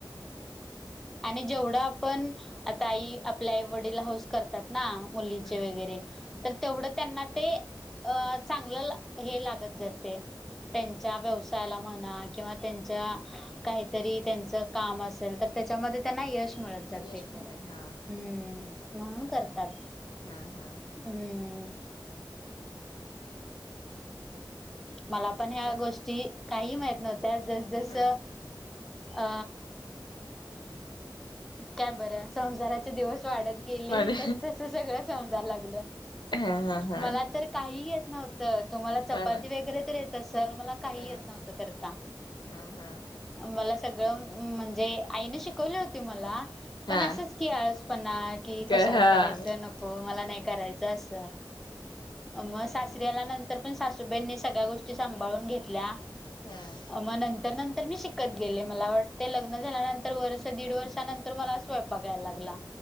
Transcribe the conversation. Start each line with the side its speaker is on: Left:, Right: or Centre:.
Centre: आणि जेवढा आपण आता आई आपल्या आई वडील हौस करतात ना मुलीचे
Left: हम्म
Centre: वैगेरे
Left: हम्म
Centre: तेवढं त्यांना ते अ चांगलं हे लागत जातंय. त्यांच्या व्यवसायाला म्हणा किंवा त्यांच्या काहीतरी त्यांच काम असेल तर त्याच्यामध्ये त्यांना यश मिळत जातंय.
Left: यश माहित आहे हा
Centre: हम्म म्हणून करतात.
Left: हां हां.
Centre: हम्म. मला पण ह्या
Left: चा
Centre: गोष्टी काही माहित नव्हत्या जस जस
Left: हा
Centre: आ काय बरं! संसाराचे दिवस वाढत गेले
Left: वाडे
Centre: तस तस सगळं समजायला लागलं,
Left: हा हा हा
Centre: मला तर काही येत नव्ह त, तुम्हाला
Left: हा
Centre: चपाती वगैरे तर येत असंल मला काही
Left: हा
Centre: येत नव्हतं करता.
Left: हा हा
Centre: मला सगळं म्हणजे आईने शिकवली होती मला पण
Left: हा
Centre: असंच की आळसपणा की
Left: का
Centre: कशाला
Left: हा हा
Centre: करायचं नको मला नाही करायचं अस स मग सासरी आल्यानंतर पण सासूबाईंनी सगळ्या गोष्टी सांभाळून घेतल्या.
Left: हां.
Centre: मग नंतर नंतर मी शिकत गेले मला वाटतंय लग्न झाल्यानंतर वर्ष दीड वर्षा नंतर मला स्वयंपाक यायला लागला.